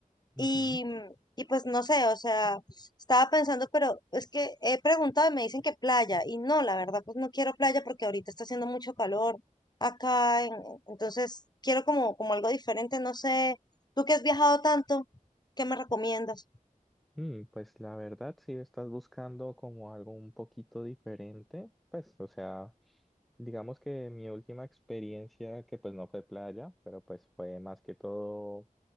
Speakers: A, on the left; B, in the centre.
A: Y,
B: Ujú.
A: y pues no sé, o sea, estaba pensando, pero es que he preguntado y me dicen que playa. Y no, la verdad, pues no quiero playa porque ahorita está haciendo mucho calor acá. en- entonces quiero como, como algo diferente, no sé. Tú que has viajado tanto, ¿qué me recomiendas?
B: Mm, pues la verdad, si estás buscando como algo un poquito diferente, pues, o sea, digamos que mi última experiencia, que pues no fue playa, pero pues fue más que todo